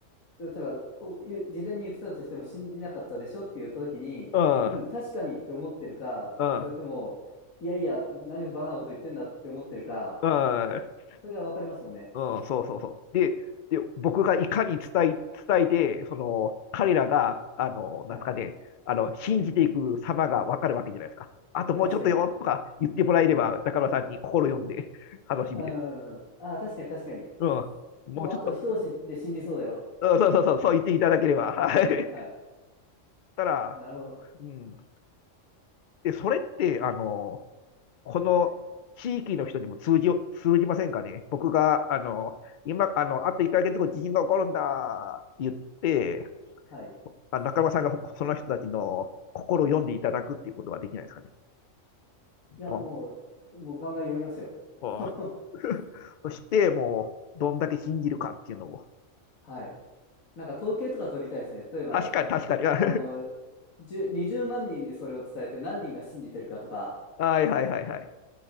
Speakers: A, on the left; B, on the left.
A: う例えばお言う事前に言ってたとしても信じなかったでしょって言った時に、
B: うん。
A: うん、
B: うん。
A: 確かにって思ってるか、
B: うん。
A: それとも、いやいや、何をバカなこと言ってんだって思ってるか、
B: うん
A: それが分かりますもんね。
B: うん、そうそうそう。で、で、僕がいかに伝え、伝えて、その、彼らが、あの、なんすかね、
A: はい。
B: あの、信じていく様がわかるわけじゃないですか。あともうちょっとよとか言ってもらえれば、
A: 確かに。うん。
B: 中村さんに心読んで楽しみです。
A: うんうんうん。ああ、確かに確かに。
B: うん。もうちょっと、
A: もうあと一押しで信じそうだよ。
B: うん、そうそうそう、そう言っていただければ。はい。
A: はい。
B: たら、
A: なるほど。
B: うん。で、それって、あの、この地域の人にも通じ、
A: はい。
B: 通じませんかね。僕が、あの、今、あの、あと1ヶ月後、地震が起こるんだって言って、
A: はい。い
B: あ中村さんがほその人たちの心を読んでいただくっていうことはできないですかね。
A: や、
B: ポン
A: もう、もうガンガン読みますよ。
B: と
A: <laughs>
B: そして、もう、どんだけ信じるかっていうのを。
A: はい。なんか統計とか取りたいですね。例えば、
B: 確かに、確かに。<laughs> は
A: あの、10 20万人にそれを伝えて何人が信じてるかとか、
B: いはいはいはい。